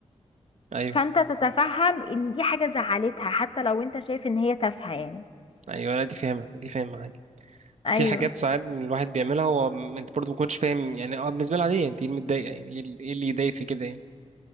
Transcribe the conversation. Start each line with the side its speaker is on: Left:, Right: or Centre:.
Right: ايوه
Left: فانت تتفهم ان دي حاجة زعلتها حتى لو انت شايف ان هي تافهة يعني
Right: ايوه لا دي فاهمة دي فاهمة عادي
Left: ايوه
Right: في حاجات ساعات الواحد بيعملها هو م- انت برضه ما كنتش فاهم يعني اه بالنسبه لي عاديه انت ايه اللي متضايقه يعني ايه ال- إيه اللي يضايق في كده يعني